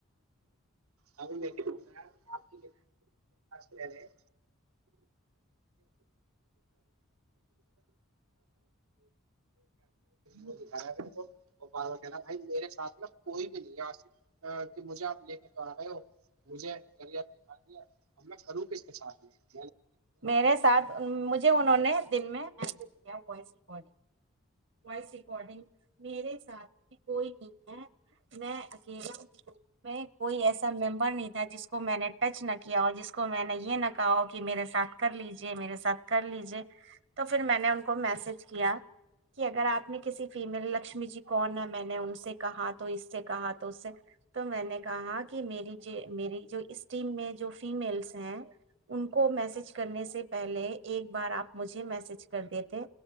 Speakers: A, on the right; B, on the right.
A: اب کیا آپ رہ رہےے وہوکھا رہا ہے کہ نا بھائی میرے ساتھ نا کوئی بھی نہیں کہ مجھے آپ لے کے تو آ گئے ہو مجھے گریا دکھا دیا اب میں کروں ک اس کے ساتھ ل
B: میرے ساتھ مجھے انہوں نے دن میں ای کیا وائس ریکارڈنگ وائس ریکارڈنگ میرے سات ج کوئی نہیں ہے میں اکیلا میں کوئی ایسا ممبر نہیں تھا جس کو میں نے ٹچ نہ کیا اور جس کو میں نے یہ نہ کہ کہ میرے سات کر لیجے میرے ساتھ کر لیجیے تو پھر میں نے ان کو میسج کیا کہ اگر آپ نے کسی فیمل لکشمی جی کون ہے میں نے ان سے کہا تو اس سے کہا تو اس سے تو میں نے کہا کہ میری میری جو اس ٹیم میں جو فیملس ہیں ان کو میسج کرنے سے پہلے ایک بار آپ مجھے میسج کر دیتے